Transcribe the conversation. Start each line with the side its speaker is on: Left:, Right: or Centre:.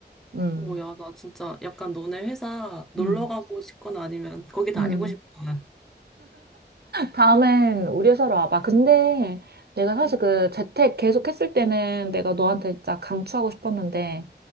Right: 음,
Centre: 오, 야, 나 진짜 약간 너네 회사 놀러
Right: 음.
Centre: 가고 싶거나 아니면 거기 다니고
Right: 음.
Centre: 싶다.
Right: 다음엔 우리 회사로 와봐. 근데 내가 사실
Centre: 음,
Right: 그 재택 계속 했을 때는 내가 너한테 진짜 강추하고 싶었는데